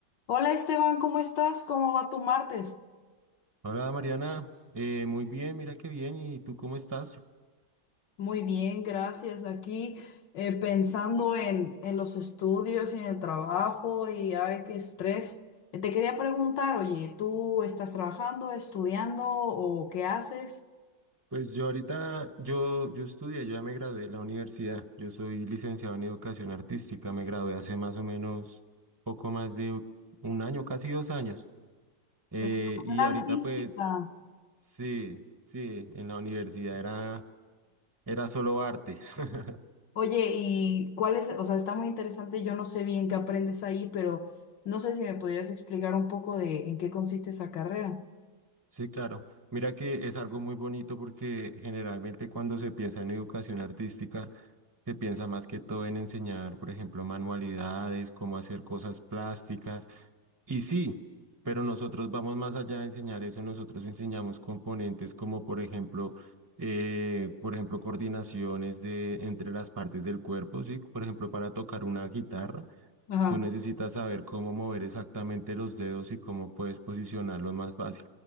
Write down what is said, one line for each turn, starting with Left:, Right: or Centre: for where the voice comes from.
Left: Hola Esteban, ¿cómo estás? ¿Cómo va tu martes?
Right: Hola Mariana, Eh, muy bien, mira qué bien, ¿y tú cómo estás?
Left: Muy bien, gracias. Aquí eh, pensando en, en los estudios y en el trabajo y ay, qué estrés. Eh, Te quería preguntar, oye, ¿tú estás trabajando, estudiando o qué haces?
Right: Pues yo ahorita, yo, yo estudié, yo ya me gradué de la universidad, yo soy licenciado en educación artística, me gradué hace más o menos poco más de un año, casi dos años, Eh,
Left: Educación
Right: y
Left: artística.
Right: ahorita pues sí, sí, en la universidad era, era solo arte. <laughs>
Left: Oye, ¿y cuál es? O sea, está muy interesante. Yo no sé bien qué aprendes ahí, pero no sé si me podrías explicar un poco de en qué consiste esa carrera.
Right: Sí, claro. Mira que es algo muy bonito porque generalmente cuando se piensa en educación artística, se piensa más que todo en enseñar, por ejemplo, manualidades, cómo hacer cosas plásticas. Y sí, pero nosotros vamos más allá de enseñar eso, nosotros enseñamos componentes como, por ejemplo, eh, por ejemplo, coordinaciones de entre las partes del cuerpo, sí, por ejemplo, para tocar una guitarra.
Left: Ajá.
Right: Tú necesitas saber cómo mover exactamente los dedos y cómo puedes posicionarlos más fácil.